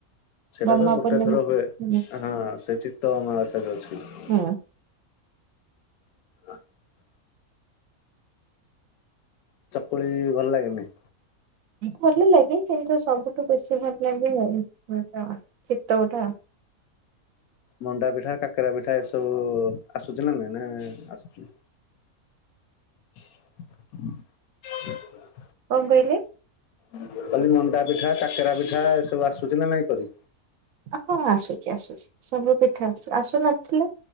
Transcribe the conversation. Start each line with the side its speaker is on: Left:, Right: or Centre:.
Left: ସେଟା
Right: ଗହ୍ମା
Left: ତ ଗୋଟେ
Right: ପୂର୍ଣ୍ଣିମା।
Left: ଥର ହୁଏ
Right: ହୁଁ
Left: ହାଁ ସେ ଚିତଉ ଅମାବାସ୍ୟା ଯୋଉ ଅଛି।
Right: ହଁ।
Left: <unintelligible> ଚକୁଳି ଭଲ ଲାଗେନି?
Right: ଭଲ ଲାଗେ କିନ୍ତୁ ସବୁଠୁ ବେଶୀ ଭଲ ଲାଗେ ଉଁ ଅଁ ଚିତଉଟା।
Left: ମଣ୍ଡା ପିଠା, କାକେରା ପିଠା ଏସବୁ ଆସୁଚି ନା ନାଇଁ ନା ଆସୁନି? <inaudible>
Right: କଣ କହିଲେ?
Left: ମୁଁ କହିଲି ମଣ୍ଡା ପିଠା, କାକେରା ପିଠା, ଏସବୁ ଆସୁଚି ନା ନାଇଁ କରି?
Right: ଅହଁ ଆସୁଛି ଆସୁଛି। ସବୁ ପିଠା ଆସୁନଥିଲା